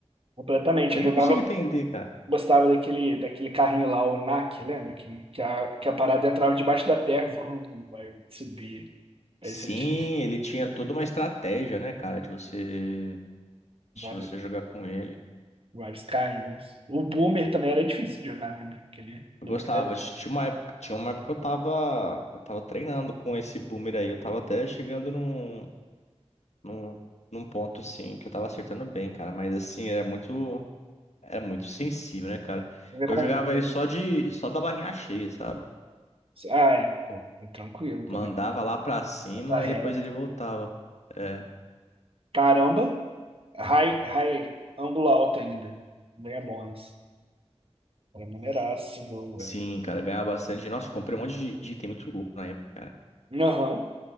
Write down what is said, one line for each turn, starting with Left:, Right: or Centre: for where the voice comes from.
Right: Completamente.
Left: Eu
Right: Eu jogava,
Left: não consigo entender, cara.
Right: Gostava daquele, daquele carrinho lá, o NAC, lembra? Que, que, a, que a parada entrava debaixo da terra, vrum, vai subir. Aí
Left: Sim,
Right: você tinha
Left: ele tinha toda uma estratégia, né, cara, de você,
Right: vários,
Left: de você jogar com ele.
Right: vários carrinhos. O Boomer também era difícil de jogar, lembra? Aquele
Left: Eu
Right: do
Left: gostava.
Right: Boomer. era-
Left: Tinha uma época, tinha uma época que eu tava, eu tava treinando com esse boomer aí. Eu tava até chegando num, num, num ponto, assim, que eu tava acertando bem, cara. Mas, assim, era muito, era muito sensível, né, cara?
Right: Ver
Left: Eu
Right: como
Left: jogava
Right: o Boomer.
Left: ele só de, só da barrinha cheia, sabe?
Right: Ah, é. Pô, é tranquilo também.
Left: Mandava lá pra cima
Right: Bota reto.
Left: e depois ele voltava. É.
Right: Caramba, high, high, ângulo alto ainda. Ganha bônus. Era maneiraço, esse jogo, velho.
Left: Sim, cara, ganhava bastante. Nossa, comprei um monte de, de item muito louco na época, cara.
Right: Aham.